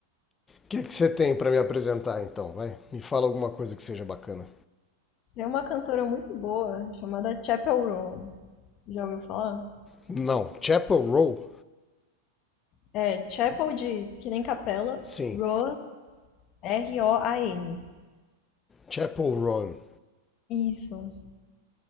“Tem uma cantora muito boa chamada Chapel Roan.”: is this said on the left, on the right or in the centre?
Left